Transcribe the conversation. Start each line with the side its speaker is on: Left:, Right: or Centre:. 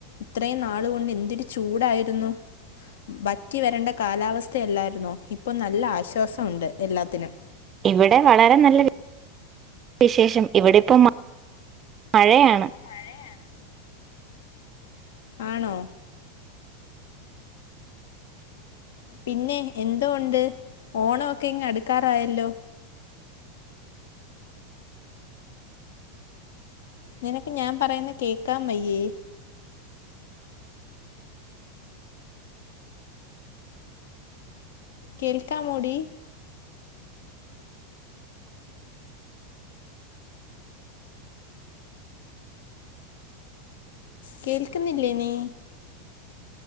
Left: ഇത്രയും നാള് കൊണ്ട് എന്തൊരു ചൂടായിരുന്നു ഭറ്റി വരേണ്ട കാലാവസ്ഥയല്ലായിരുന്നോ ഇപ്പം നല്ല ആശ്വാസമുണ്ട് എല്ലാത്തിനും
Right: ഇവിടെ വളരെ നല്ല വിശേഷം ഇവിടെ ഇപ്പം മ മഴയാണ്
Left: മഴയാണ് ആണോ പിന്നെ എന്തോ ഉണ്ട് ഓണം ഒക്കെ ഇങ്ങ് അടുക്കാറായല്ലോ നിനക്ക് ഞാ പറയുന്ന കേൾക്കാൻ വയ്യേ കേൽക്കാമോടി കേൾക്ക്ന്നില്ലേ നീ